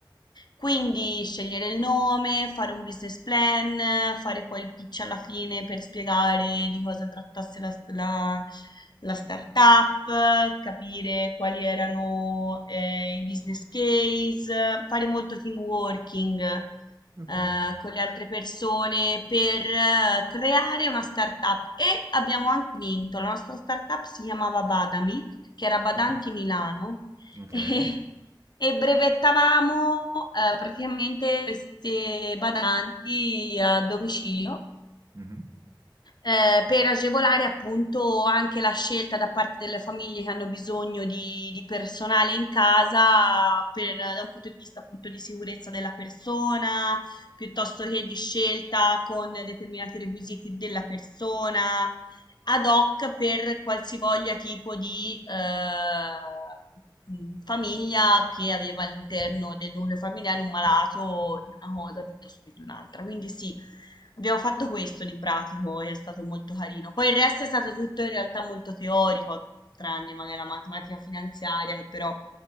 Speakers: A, on the left; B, on the right.
A: Quindi scegliere il nome, fare un business plan, fare poi il pitch alla fine per spiegare di cosa trattasse la, la, la startup, capire quali erano eh, i business case, fare molto team working
B: ok,
A: eh, con le altre persone per eh, creare una startup e abbiamo anche vinto. La nostra startup si chiamava Badami, che era Badanti
B: Mm,
A: Milano. <laughs>
B: ok.
A: E e brevettavamo, ehm, praticamente queste badanti a domicilio
B: mhm.
A: eh, per agevolare appunto anche la scelta da parte delle famiglie che hanno bisogno di, di personale in casa per, da un punto di vista appunto di sicurezza della persona, piuttosto che di scelta con determinati requisiti della persona, ad hoc per qualsivoglia tipo di eh, mh, famiglia che aveva all'interno del nucleo familiare un malato di una cosa piuttosto che di un'altra. Quindi sì, Abbiamo fatto questo di pratico e è stato molto carino. Poi il resto è stato tutto in realtà molto teorico, tranne magari la matematica finanziaria, che però